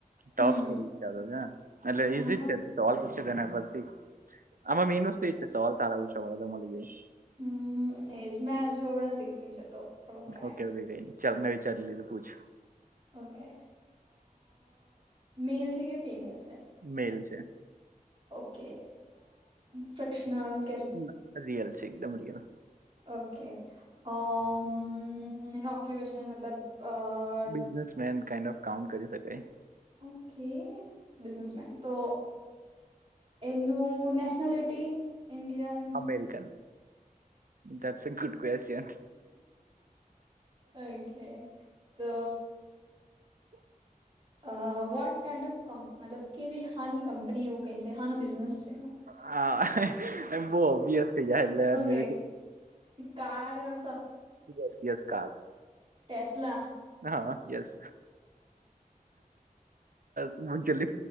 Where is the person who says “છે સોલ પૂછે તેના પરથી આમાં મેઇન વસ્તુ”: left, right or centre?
Right